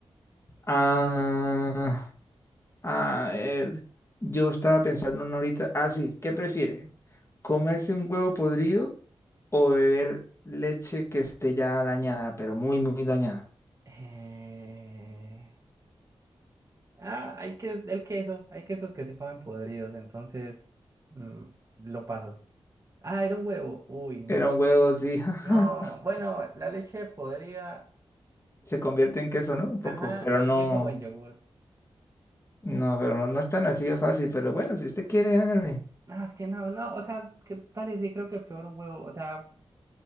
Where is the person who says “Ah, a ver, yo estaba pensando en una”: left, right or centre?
Left